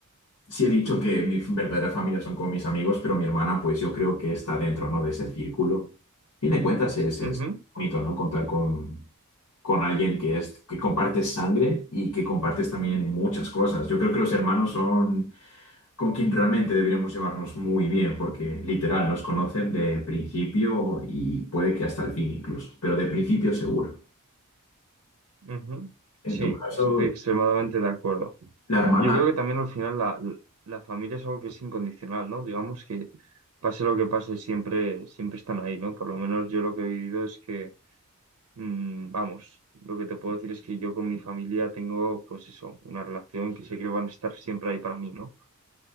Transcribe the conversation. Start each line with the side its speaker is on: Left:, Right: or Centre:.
Left: Sí he dicho que mi verdadera familia son como mis amigos, pero mi hermana, pues yo creo que está dentro, ¿no? De ese círculo. A fin de cuentas es, es
Right: Ujú,
Left: bonito, ¿no? Contar con, con alguien que es, que compartes sangre y que compartes también muchas cosas. Yo creo que los hermanos son con quien realmente deberíamos llevarnos muy bien, porque literal nos conocen de principio y puede que hasta el fin incluso, pero de principio seguro.
Right: ujú.
Left: En
Right: Sí,
Left: tu caso,
Right: estoy extremadamente de acuerdo.
Left: la hermana...
Right: Yo creo que también al final la, la familia es algo que es incondicional, ¿no? Digamos que pase lo que pase, siempre, siempre están ahí, ¿no? Por lo menos yo lo que he vivido es que, mm, vamos, lo que te puedo decir es que yo con mi familia tengo, pues eso, una relación que sé que van a estar siempre ahí para mí, ¿no?